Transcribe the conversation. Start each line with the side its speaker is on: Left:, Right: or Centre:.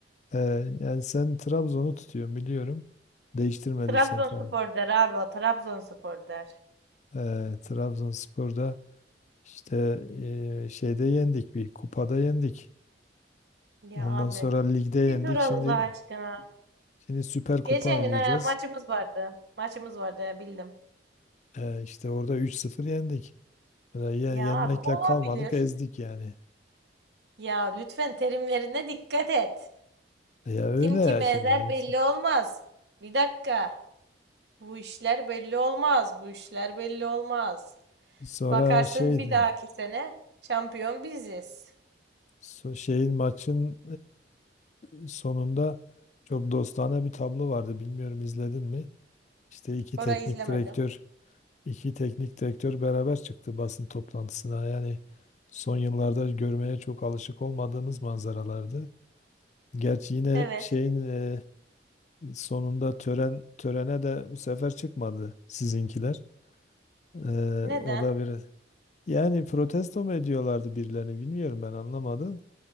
Left: e, yani sen Trabzon'u tutuyorsun biliyorum. Değiştirmediysen
Right: Trabzonspor
Left: tabii.
Right: der abi o. Trabzonspor der.
Left: Ee, Trabzonspor'da işte e, şeyde yendik bir kupada yendik.
Right: Ya
Left: Ondan
Right: abi
Left: sonra ligde yendik.
Right: bir dur Allah
Left: Şimdi
Right: aşkına.
Left: şimdi Süper Kupa
Right: Geçen
Left: oynayacağız.
Right: gün ha, maçımız vardı. Maçımız vardı ya, bildim.
Left: Ee, işte orada 3-0 yendik. Böyle ye-
Right: Ya
Left: yenmekle
Right: abi olabilir.
Left: kalmadık, ezdik yani.
Right: Ya lütfen terimlerine dikkat et.
Left: Ya öyle
Right: Kim kimi
Left: ya şimdi.
Right: ezer
Left: her-
Right: belli olmaz. Bir dakika. Bu işler belli olmaz. Bu işler belli olmaz.
Left: Sonra
Right: Bakarsın
Left: şeydi.
Right: bir dahaki sene şampiyon biziz.
Left: so- Şeyin maçın e, sonunda çok dostane bir tablo vardı. Bilmiyorum izledin mi? İşte iki
Right: Orayı
Left: teknik
Right: izlemedim.
Left: direktör, iki teknik direktör beraber çıktı basın toplantısına. Yani son yıllarda görmeye çok alışık olmadığımız manzaralardı. Gerçi yine
Right: Evet.
Left: şeyin e, sonunda tören törene de bu sefer çıkmadı sizinkiler. E,
Right: Neden?
Left: o da bir Yani protesto mu ediyorlardı birilerini bilmiyorum ben anlamadım.